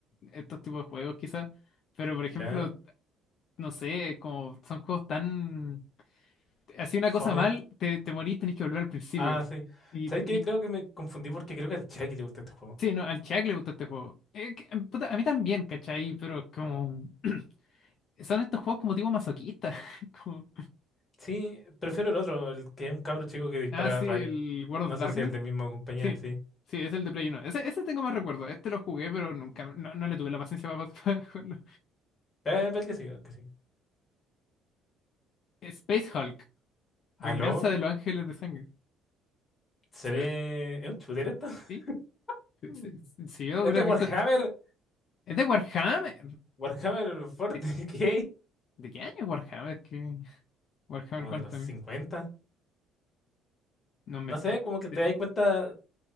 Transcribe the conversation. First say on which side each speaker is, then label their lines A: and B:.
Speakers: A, on the left; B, on the left.
A: estos tipos de juegos, quizás. Pero, por ejemplo,
B: Ya,
A: no sé, como son juegos tan... Así una
B: fome.
A: cosa mal, te, te morís, tenés que volver al principio.
B: Ah, sí.
A: Y
B: ¿Sabes
A: tenés-
B: qué? Creo que me confundí porque creo que al Chucky le gusta este juego.
A: Sí, no, al Chuck le gusta este juego. Eh, que- puta, a mí también, ¿cachai? Pero como... <clears throat> Son estos juegos como tipo masoquista. <laughs> Como...
B: Sí, prefiero el otro, el que es un cabro chico que dispara
A: Ah, sí,
B: rayos.
A: el World
B: No
A: of
B: sé
A: Darkness.
B: si el de misma compañía,
A: Sí,
B: sí.
A: sí, es el de Play uno. Ese, ese tengo más recuerdo. Este lo jugué, pero nunca, no, no le tuve la paciencia para, <laughs> para jugarlo.
B: Eh, el que sí, el que sí.
A: Space Hulk, Venganza
B: ¿Aló?
A: de los Ángeles de Sangre.
B: ¿Se
A: Se
B: ve...
A: ve-
B: ¿Es un shooter esto? <laughs>
A: sí, se-
B: Mm.
A: se- se- si yo
B: Es
A: hubiera
B: de Warhammer.
A: visto... Es de Warhammer.
B: Warhammer 40K.
A: ¿De qué, de qué año es Warhammer? ¿Qué-
B: <laughs>
A: Warhammer
B: Como
A: 40.000.
B: de los 50.
A: No, me,
B: No sé, como que
A: de-
B: te das cuenta.